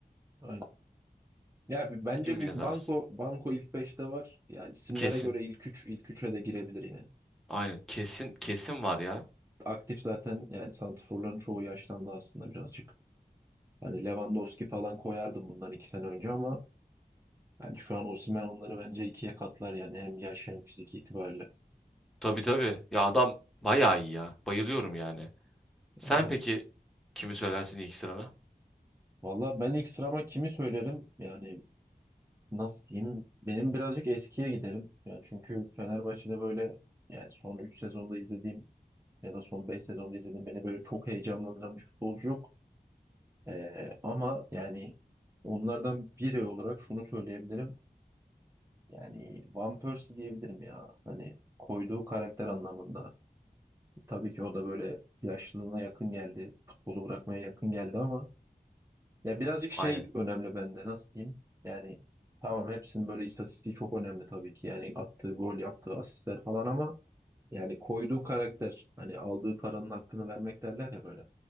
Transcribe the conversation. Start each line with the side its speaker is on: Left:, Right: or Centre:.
Right: Aynen. Ya bir- bence
Centre: Kim
Right: bir
Centre: yazarsın?
Right: Banko Banko ilk beşte var. Ya isimlere
Centre: Kesin.
Right: göre ilk 3, ilk 3'e de girebilir yani.
Centre: Aynen. Kesin kesin var ya.
Right: Aktif zaten yani santraforların çoğu yaşlandı aslında birazcık. Hani Lewandowski falan koyardım bundan 2 sene önce ama yani şu an Osimhen onları bence ikiye katlar yani hem yaş hem fizik itibariyle.
Centre: Tabii tabii. Ya adam bayağı iyi ya. Bayılıyorum yani. Sen
Right: Yani.
Centre: peki kimi söylersin ilk sırana?
Right: Valla ben ilk sırama kimi söylerim? Yani nasıl diyeyim benim birazcık eskiye giderim. Yani çünkü Fenerbahçe'de böyle yani son 3 sezonda izlediğim ya da son 5 sezonda izlediğim beni böyle çok heyecanlandıran bir futbolcu yok. Ee, ama yani onlardan biri olarak şunu söyleyebilirim. Yani Van Persie diyebilirim ya. Hani koyduğu karakter anlamında. Tabii ki o da böyle yaşlılığına yakın geldi. Futbolu bırakmaya yakın geldi ama Ya birazcık şey
Centre: Aynen.
Right: önemli bende nasıl diyeyim? Yani tamam hepsinin böyle istatistiği çok önemli tabii ki. Yani attığı gol, yaptığı asistler falan ama yani koyduğu karakter hani aldığı paranın hakkını vermek derler ya böyle.